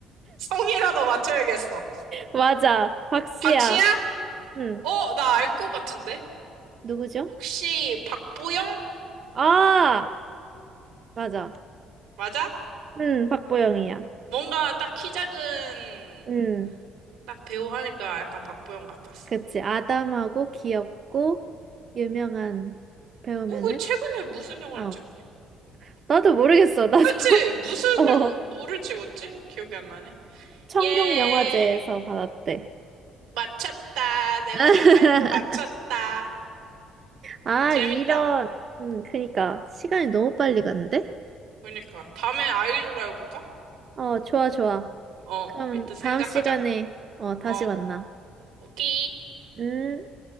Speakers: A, on the right (about 85°); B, on the right (about 30°).
A: 성이라도 맞춰야겠어.
B: 맞아. 박씨야.
A: 박씨야?
B: 응.
A: 어, 나 알 것 같은데?
B: 누구죠?
A: 혹시 박보영?
B: 아, 맞아.
A: 맞아?
B: 응, 박보영이야.
A: 뭔가 딱 키 작은
B: 응.
A: 딱 배우 하니까 약간 박보영 같았어.
B: 그치. 아담하고 귀엽고 유명한 배우면은
A: 어, 그 최근에 무슨 영화를
B: 어.
A: 찍었지?
B: 나도 모르겠어. 나도.
A: 그치? 무슨
B: <laughs> 어.
A: 영화, 뭐를 찍었지? 기억이 안 나네.
B: 청룡영화제에서
A: 예,
B: 받았대.
A: 맞췄다. 내가 더
B: <laughs>
A: 빨리 맞췄다.
B: 아,
A: 재밌다.
B: 이런. 응, 그니까. 시간이 너무 빨리 갔는데?
A: 그러니까 다음에 아이돌로 해볼까?
B: 어, 좋아, 좋아.
A: 어,
B: 그럼
A: 일단 생각하자.
B: 다음 시간에 어, 다시
A: 어,
B: 만나.
A: 오케이.
B: 음.